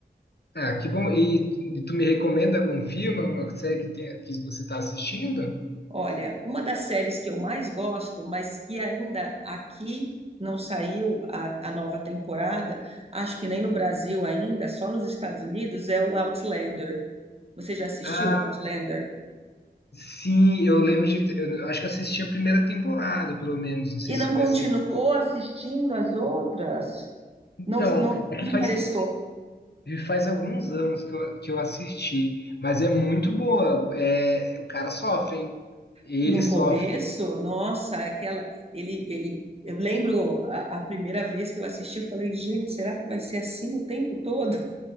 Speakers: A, on the left; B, on the right.
A: Ah, que bom. E, e tu me recomenda algum filme, alguma série que, tenha, que você está assistindo?
B: Olha, uma das séries que eu mais gosto, mas que ainda aqui não saiu a, a nova temporada, acho que nem no Brasil ainda, só nos Estados Unidos, é o Outlander. Você já assistiu
A: Ah,
B: o Outlander?
A: Sim, eu lembro de. Eu acho que eu assisti a primeira temporada, pelo menos. Não sei
B: E
A: se
B: não
A: foi
B: continuou
A: a segunda.
B: assistindo as outras?
A: Então,
B: Não, não
A: é
B: não
A: que
B: interessou?
A: faz, faz alguns anos que eu, que eu assisti, mas é muito boa. É, o cara sofre, hein? Ele
B: No
A: sofre.
B: começo, nossa, aquela. Ele, ele, eu lembro a, a primeira vez que eu assisti, eu falei, gente, será que vai ser assim o tempo todo?